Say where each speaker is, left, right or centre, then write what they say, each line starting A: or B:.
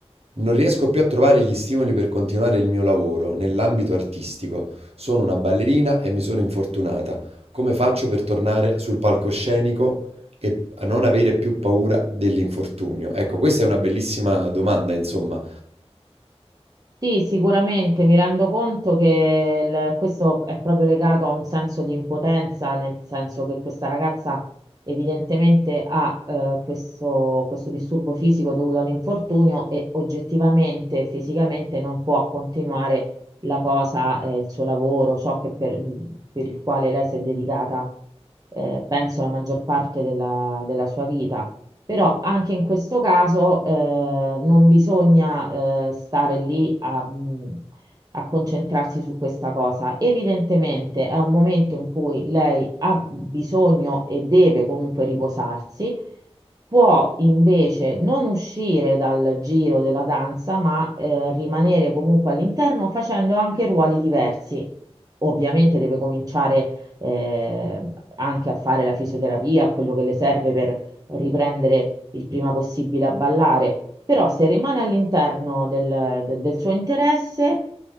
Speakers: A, on the right; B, on the right.
A: Non riesco più a trovare gli stimoli per continuare il mio lavoro nell'ambito artistico. Sono una ballerina e mi sono infortunata. Come faccio per tornare sul palcoscenico e a non avere più paura dell'infortunio? Ecco, questa è una bellissima domanda, insomma.
B: Sì, sicuramente mi rendo conto che il- questo è proprio legato a un senso di impotenza, nel senso che questa ragazza evidentemente ha eh, questo, questo disturbo fisico dovuto all'infortunio e oggettivamente, fisicamente non può continuare la cosa, eh, il suo lavoro, ciò che per, per il quale lei si è dedicata, eh, penso, la maggior parte della della sua vita. Però anche in questo caso eh, non bisogna eh, stare lì a, mh, a concentrarsi su questa cosa. Evidentemente è un momento in cui lei ha bisogno e deve comunque riposarsi, può invece non uscire dal giro della danza, ma eh, rimanere comunque all'interno facendo anche ruoli diversi. Ovviamente deve cominciare eh, anche a fare la fisioterapia, quello che le serve per riprendere il prima possibile a ballare, però se rimane all'interno del, de- del suo interesse